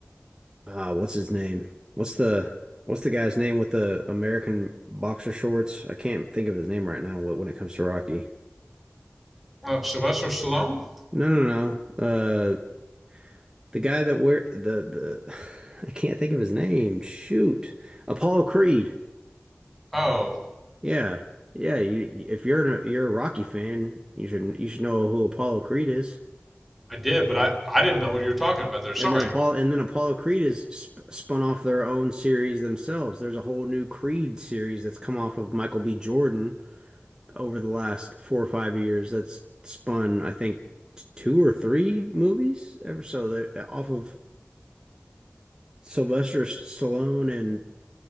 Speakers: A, on the right; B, in the centre.
A: uh what's his name? What's the what's the guy's name with the American boxer shorts? I can't think of his name right now wh- when it comes to Rocky.
B: Uh, Sylvester Stallone?
A: No, no, no. Uh the guy that wear the the <laughs> <sighs> I can't think of his name. Shoot. Apollo Creed.
B: Oh,
A: Yeah. Yeah, you you- if you're a, you're a Rocky fan, you should you should know who Apollo Creed is.
B: I did, but I, I didn't know what you were talking about there. Sorry.
A: And then Apollo and then Apollo Creed is sp spun off their own series themselves. There's a whole new Creed series that's come off of Michael B. Jordan over the last four or five years. That's spun, I think, t- two or three movies ever so that off of Sylvester Stallone and